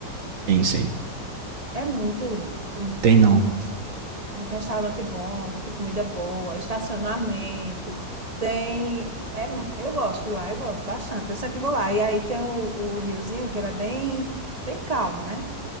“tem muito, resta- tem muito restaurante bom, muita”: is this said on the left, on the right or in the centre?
Right